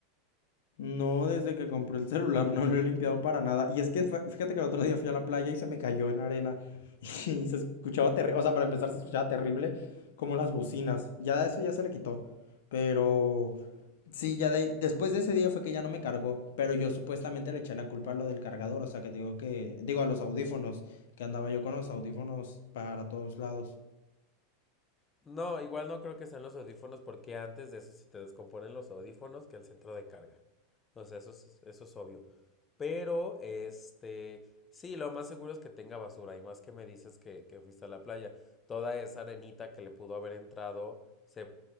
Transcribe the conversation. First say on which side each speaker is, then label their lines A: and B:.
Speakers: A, on the left (about 75°); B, on the left (about 15°).
A: No, desde que compré el celular no lo he limpiado para nada. Y es que fue- fíjate que el otro día fui a la playa y se me cayó en arena. <laughs> Y se escuchaba terrible. O sea, para empezar se escuchaba terrible como las bocinas. Ya eso ya se le quitó. Pero sí, ya de ahí- después de ese día fue que ya no me cargó. Pero yo supuestamente le eché la culpa a lo del cargador. O sea, que te digo que. Digo, a los audífonos. Que andaba yo con los audífonos para todos lados.
B: No, igual no creo que sean los audífonos porque antes de eso se te descomponen los audífonos que el centro de carga. O sea, eso es, eso es obvio. Pero, este, sí, lo más seguro es que tenga basura. Y más que me dices que, que fuiste a la playa, toda esa arenita que le pudo haber entrado, se,